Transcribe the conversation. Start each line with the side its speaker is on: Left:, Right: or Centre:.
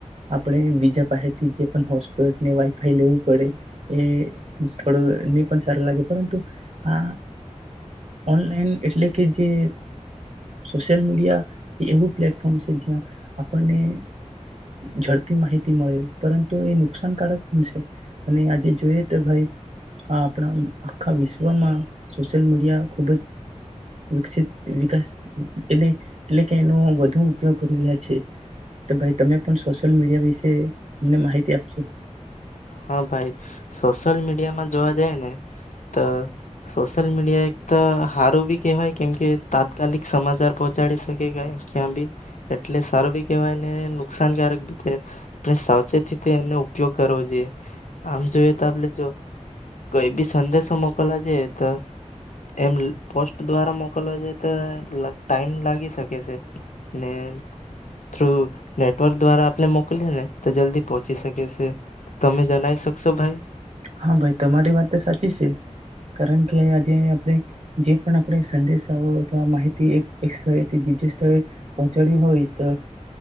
Right: આપણે બીજા પાહે થી જે હોસપોટ ને વાઈફાઈ લેવું પડે એ થોડું પણ સારું લાગે પરંતુ આ ઓનલાઈન એટલે કે જે સોશિયલ મીડિયા એ એવું પ્લેટફોર્મ છે જ્યાં આપણને ઝડપી માહિતી મળે પરંતુ એ નુકસાનકારક પણ છે અને આજે જોઈએ તો ભાઈ હા આપણા આખા વિશ્વમાં સોશિયલ મીડિયા ખૂબ જ વિકસિત વિકાસ એ એટલે કે એનો વધુ ઉપયોગ કરી રહ્યા છે તો ભાઈ તમે પણ સોશિયલ મીડિયા વિશે અમને માહિતી આપજો
Left: હા ભાઈ સોશિયલ મીડિયામાં જોવા જાય ને તો સોશિયલ મીડિયા એક તો સારું બી કહેવાય કેમ કે તાત્કાલિક સમાચાર પહોંચાડી શકે ક ક્યાં બી એટલે સારું બી કહેવાય ને નુકસાનકારક બીતે આપણે સાવચેતીથી તે એનો ઉપ ઉપયોગ કરવો જોયે આમ જોઈએ તો આપણે જો કઈ બી સંદેશો મોકલવા જઈએ તો એમ પોસ્ટ દ્વારા મોકલવા જઈએ તો ટાઈમ લાગી શકે છે ને થ્રુ નેટવર્ક દ્વારા આપણે મોકલીએ ને તો જલ્દી પોહોંચી શકે છે તમે જણાવ શકશો ભાઈ
Right: હા ભાઈ તમારી વાત તો સાચી છે કારણ કે આજે આપણે જે પણ આપણે સંદેશાઓ અથવા માહિતી એક એક સ્થળેથી બીજા સ્થળે પહોંચાડી હોય તો